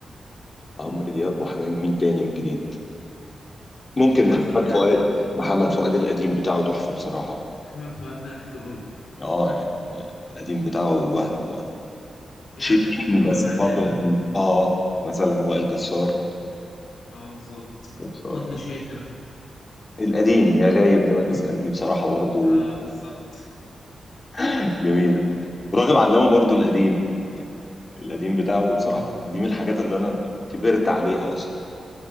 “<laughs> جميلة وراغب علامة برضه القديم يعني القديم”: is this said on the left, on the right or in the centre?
Left